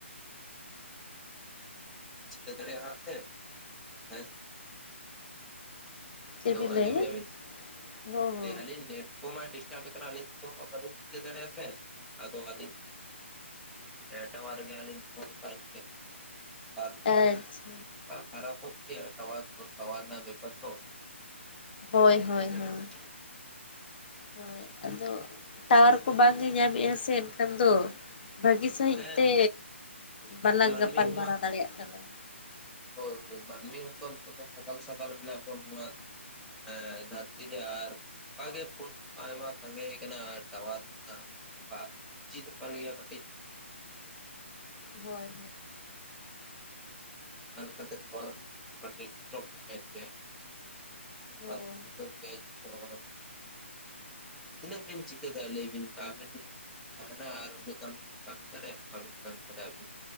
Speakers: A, in the centre; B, on the left.
A: ᱥᱮᱟᱲᱮ ᱥᱮ ᱦᱮᱸ ᱥᱮ <unintelligible>
B: ᱪᱮᱫ ᱵᱤᱱ
A: ᱟᱸᱡᱚᱢ
B: ᱞᱟᱹᱭᱮᱫ
A: ᱵᱮᱱ ᱥᱮ
B: ᱦᱚᱸ ᱦᱚᱸ
A: <unintelligible> ᱰᱤᱥᱴᱟ ᱠᱟᱱᱟ ᱟᱹᱞᱤᱧ ᱫᱚ ᱵᱟᱞᱤᱧ ᱪᱤᱠᱟᱹ ᱫᱟᱲᱮᱭᱟᱜ-ᱟ ᱥᱮ ᱟᱫᱚ ᱟᱹᱞᱤᱧ ᱮᱴᱟ ᱵᱟᱨ ᱜᱮᱭᱟᱞᱤᱧ <unintelligible> ᱟᱨ
B: ᱟᱪᱪᱷᱟ
A: ᱠᱷᱟᱨᱯ ᱥ ᱵᱮᱯᱟᱨ <unintelligible>
B: ᱦᱳᱭ
A: ᱡᱚᱜ
B: ᱦᱳᱭ
A: ᱜᱮᱭᱟᱭ
B: ᱦᱳᱭ
A: ᱠᱟᱹᱴᱤᱡ ᱫᱚ
B: ᱦᱳᱭ ᱟᱫᱚ ᱴᱟᱣᱟᱨ ᱠᱚ ᱵᱟᱝᱜᱮ ᱧᱟᱢᱮᱫ-ᱟ ᱥᱮ ᱮᱱᱠᱷᱟᱱ ᱫᱚ ᱵᱷᱟᱹᱜᱤ ᱥᱟᱹᱦᱤᱡ
A: ᱦᱮᱸ
B: ᱛᱮ
A: ᱱᱤᱛᱚᱜ
B: ᱵᱟᱞᱟᱝ
A: ᱢᱟᱹᱱᱢᱤ
B: ᱜᱟᱯᱟᱞᱢᱟᱨᱟᱣ
A: ᱢᱟ
B: ᱫᱟᱲᱮᱭᱟᱜ ᱠᱟᱱᱟ
A: ᱦᱳᱭ ᱢᱟᱱᱢᱤ ᱦᱩᱭᱩᱜᱚᱛ ᱛ ᱥᱟᱜᱟᱞ ᱥᱟᱜᱟᱞ ᱢᱮᱱᱟᱜ <unintelligible> ᱦᱮᱸ ᱫᱷᱟᱹᱨᱛᱤ ᱨᱮ ᱟᱨ ᱚᱱᱠᱟᱜᱮ ᱯᱷᱳᱱ ᱟᱭᱢᱟ ᱥᱟᱸᱜᱮ ᱟᱠᱟᱱᱟ ᱴᱟᱣᱟᱨ ᱵᱟ <inaudible> ᱠᱟᱱ ᱜᱮᱭᱟ ᱠᱟᱹᱴᱤᱡ
B: ᱦᱳᱭ ᱦᱳᱭ
A: <unintelligible>
B: ᱦᱳᱭ
A: ᱟᱨ ᱜᱮ <unintelligible> ᱛᱤᱱᱟᱹᱜ ᱵᱤᱱ ᱪᱤᱠᱟᱹᱮᱫ ᱞᱟᱹᱭᱵᱤᱱ ᱟᱵᱮᱱ ᱛᱟᱨ ᱵᱤᱱ ᱠᱟᱹᱢᱤᱱ ᱠᱟᱹᱢᱤᱵᱤᱱ <unintelligible>